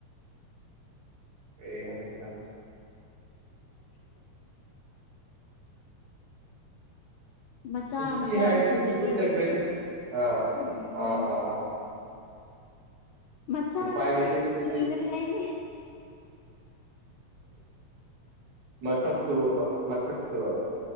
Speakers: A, on the right; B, on the left.
A: ꯀꯩ ꯍꯥꯏꯁꯤꯔ
B: <unintelligible> ꯃꯆꯥ
A: ꯎꯆꯤ
B: ꯃꯆꯥꯗꯨꯁꯨ
A: ꯍꯥꯏꯔꯗꯤ ꯑꯗꯨꯝ
B: ꯀꯤꯌꯦ
A: ꯊꯨꯀꯠꯆꯈ꯭ꯔꯦꯗ
B: ꯑꯩꯗꯤ
A: ꯑꯥ
B: ꯎꯝ
A: ꯑꯥ ꯑꯥ ꯑꯥ
B: ꯃꯆꯥꯗꯣ
A: ꯎꯄꯥꯏ ꯂꯩꯇꯦ
B: ꯍꯦꯟꯅ
A: ꯁꯤꯗꯗꯤ
B: ꯀꯤꯕꯅꯦ ꯍꯥꯏꯗꯤ
A: ꯃꯁꯛꯇꯨꯔꯣꯕ ꯃꯁꯛꯇꯨꯔꯣ